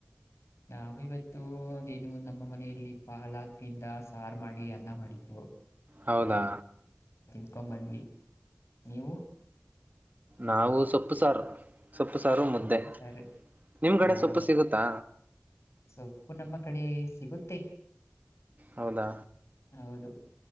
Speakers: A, on the left; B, on the right.
A: ನಾವವು ಇವತ್ತು ಅದೇನು ನಮ್ಮ ಮನೆಯಲ್ಲಿ ಪಾಲಕಿಂದ ಸಾರು ಮಾಡಿ ಅನ್ನ ಮಾಡಿಧ್ರ್
B: ಹೌದಾ
A: ತಿಂಕೊಂಡು ಬಂದ್ವಿ ನೀವು
B: ನಾವು ಸೊಪ್ಪು ಸಾರು ಸೊಪ್ಪು ಸಾರು
A: ಸೊಪ್ಪು
B: ಮುದ್ದೆ
A: ಸಾರು
B: ನಿಮ್ ಕಡೆ
A: ಹಾ
B: ಸೊಪ್ಪು ಸಿಗುತ್ತಾ
A: ಸೊಪ್ಪು ನಮ್ಮ ಕಡೆ ಸಿಗುತ್ತೆ
B: ಹೌದಾ
A: ಹೌದು